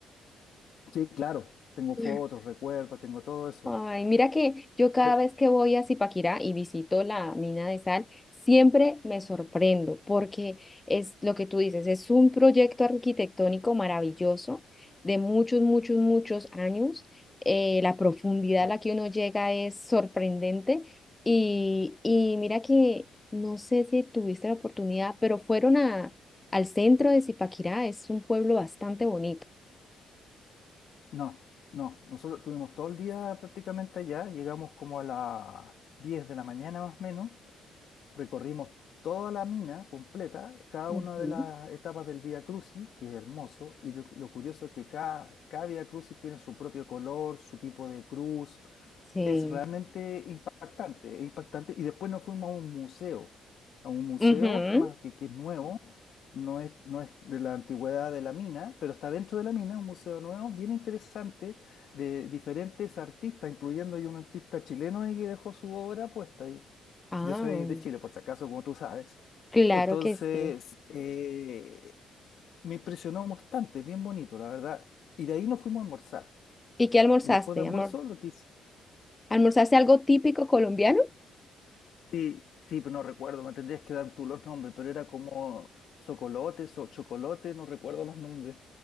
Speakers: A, on the left; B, on the left.
A: sí, claro, tengo
B: <laughs>
A: fotos, recuerdos, tengo todo eso.
B: Ay, mira que yo cada
A: Pero,
B: vez que voy a Zipaquirá y visito la mina de sal, siempre me sorprendo porque es lo que tú dices, es un proyecto arquitectónico maravilloso de muchos, muchos, muchos años. Eh, la profundidad
A: eh,
B: a la que uno llega es sorprendente y, y mira que no sé si tuviste la oportunidad, pero fueron a, al centro de Zipaquirá, es un pueblo bastante bonito.
A: no, no, nosotros tuvimos todo el día prácticamente allá, llegamos como a las 10 de la mañana más o menos. Recorrimos toda la mina completa, cada
B: Ujú.
A: una de las etapas del Vía Crucis, que es hermoso, y lo, lo curioso es que cada, cada Vía Crucis tiene su propio color, su tipo de cruz.
B: Sí.
A: Es realmente impactante, es impactante. Y después nos fuimos a un museo, a un museo
B: Ujú.
A: más que, que es nuevo, no es, no es de la antigüedad de la mina, pero está dentro de la mina, un museo nuevo, bien interesante, de diferentes artistas, incluyendo hay un artista chileno ahí que dejó su obra puesta ahí.
B: Ah.
A: Yo soy de Chile, por si acaso, como tú sabes.
B: Claro
A: Entonces,
B: que sí.
A: eh, me impresionó bastante, bien bonito, la verdad. Y de ahí nos fuimos a almorzar.
B: ¿Y qué almorzaste,
A: Y después de almuerzo,
B: amor?
A: lo que hice-
B: ¿Almorzaste algo típico colombiano?
A: Sí, sí, pero no recuerdo, me tendrías que dar tú los nombres, pero era como socolotes o chocolate, no recuerdo los nombres.